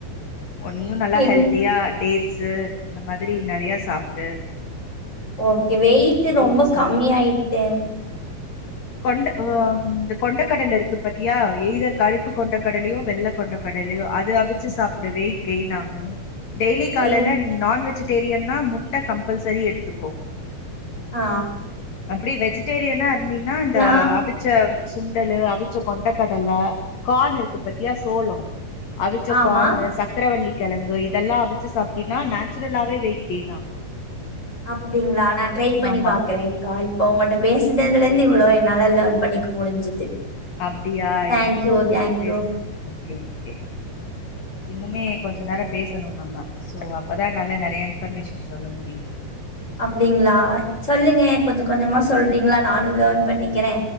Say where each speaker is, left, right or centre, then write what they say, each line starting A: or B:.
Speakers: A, on the left; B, on the left.
A: ஒன்னியூ நல்லா
B: எங்
A: ஹெல்த்தியா டேட்ஸ அந்த மாதிரி நெறய சாப்பிடு
B: ஓகே வெயிட்
A: ஃப்ரூட்ஸு
B: ரொம்ப கம்மி ஆயிட்டே
A: கொண்ட ஓம் ந்த கொண்டா கடல இருக்கு பாத்தியா எயிதர் கருப்பு கொண்ட கடலையோ வெள்ளை கொண்ட கடலையோ அதை அவிச்சு சாப் பிடவோ கேயின் ஆகும் டெய்லி காலை
B: வெயிட்
A: நீ நான் வெஜிடேரியன்னா முட்ட கம்பல்சரி எடுத்துக்கோ
B: ஆ
A: அப்படி வெஜிடேரியனா இருந்தீன்னா இந்த
B: நா
A: அவிச் விச்ச சுண்டலூ அவிச்ச கொண்ட கடல கான் இருக்கு பத்தியா சோளம் அவிச்ச
B: ஆமா
A: கான் சக்கரவல்லி கிழங்கு இதெல்லா அவிச்சு சாப்பிட்டனா நேச்சுரலாவே வெயிட் கெயின் ஆகும்
B: அப்படிங்களா நா ட்ரை பண்ணி
A: ஆமா
B: பாக்குறேங் க்கா இப்ப உங்கள்ட்ட பேசுனதுல இருந்து இவ்ளோ என்னால லார்ன் பண்ணிக்க முடிஞ்சுது
A: அப்டியா
B: தேங்க்யூ
A: எனக்கூ அப்டிதா உங்கிட்ட
B: தேங்க்யூ
A: பேசனதுல ஓகே ஓகே இன்னுமே கொஞ்சோ நேரோ பேசணோ நம்ம சோ அப்பதா நல்ல நிறைய இன்பர்மேஷன் சொல்ல முடியூ
B: அப்டிங்களா சொல்லுங்க கொஞ்சோ கொஞ்சமா சொல்றீங்களா நானூ லேர்ன் பண்ணிக்கிறே